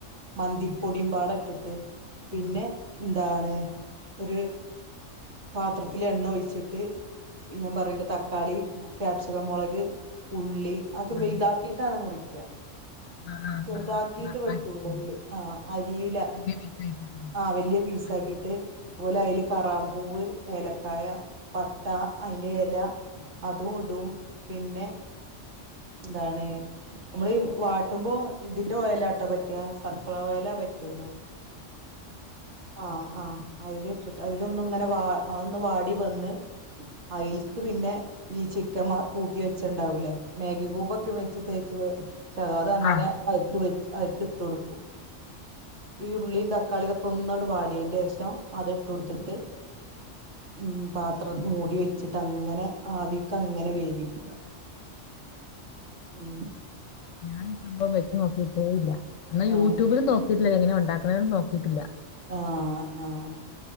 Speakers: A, on the right; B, on the left.
A: മന്തിപ്പൊടിം
B: അതെ.
A: പാടെ ഇട്ടിട്ട് പിന്നെന്താണ്
B: ആ
A: ഒര് പാത്രത്തില് എണ്ണ ഒഴിച്ചിട്ട് ഞാൻ പറഞ്ഞില്ലേ തക്കാളി ക്യാപ്സികം മൊളക് ഉള്ളി അത്
B: ഉള്ളി
A: വല്താക്കിട്ടാണ് മുറിക്ക
B: ആ ആ
A: ചെറ്താക്കിട്ട്
B: ആ, ആ,
A: വെട്ടുല
B: ആ, ഉം.
A: ഉള്ളി ആഹ് അരീല
B: വലിയ പീസായിട്ട്
A: ആഹ് വലിയ പീസ്‌
B: ആഹ്
A: ആക്കിയിട്ട് അതോലെ അയില് കറാമ്പൂവ് ഏലക്കായ പട്ട അയിന്റെ എല അതും ഇടും പിന്നെ എന്താണ് നമ്മള് ഈ വാട്ടുമ്പോ ഇതിന്റെ ഓയലാട്ടൊ പറ്റാ സൺഫ്ലർ ഓയലാ പറ്റൊള്ളൂ ആഹ് ആഹ് അയില് ഇട്ടിട്ട് അയിലൊന്ന്ങ്ങനെ വാ അതൊന്ന് വാടി വന്ന് അയില്ക്ക് പിന്നെ ഈ ചിക്കൻ മ കൂട്ടി വെച്ചണ്ടാവൂലേ മാഗി ക്യുബൊക്കെ വെച്ച് തേച്ച് വേച്ചതാ അത് അങ്ങനെ
B: ആഹ്
A: അയിക്ക് വേ അയിക്ക് ഇട്ടോട്ക്കും ഈ ഉള്ളീം തക്കാളി ഇതൊക്കൊന്നാണ്ട് വാടിയേന്റെഷം അത് ഇട്ടോട്ത്ത്ട്ട് ഉം പാത്രം മൂടി വെച്ചിട്ട് അങ്ങനെ ആവിക്കങ്ങനെ വേവിക്ക ഉം
B: ഞാൻ ഈ സംഭവം വെച്ച് നോക്കിയിട്ടേ ഇല്ല എന്നാ
A: ആഹ്
B: യൂട്യൂബിലും നോക്കിട്ടില്ല എങ്ങനെ ഉണ്ടാക്ക്ണെന്ന് നോക്കിട്ടില്ല
A: ആഹ് ആഹ്